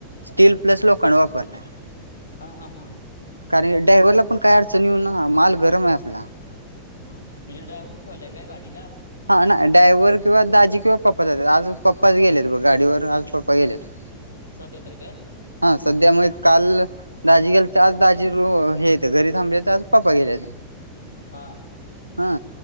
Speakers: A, on the right; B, on the left.
A: स्टील प्लस लोखंड वापरला.
B: हां हां हां.
A: कारण ड्रायव्हरला पण, काय अडचणी येऊ ना, माल गरम ये आपला.
B: म्हणजे ड्रायव्हर ठेवलाय का, गाडीला?
A: हां नाय, ड्रायव्हर किंवा दाजी किंवा पप्पा जात्यात, आज पप्पाच गेलेत, बग गाडीवर, आज पप्पा गेलेत.
B: सदया तर काय?
A: हं, सद्यामुळे काल दाजी गेलेत, आज दाजी रू हे त घरी थांबलेत, आज पप्पा गेले.
B: हां,
A: हा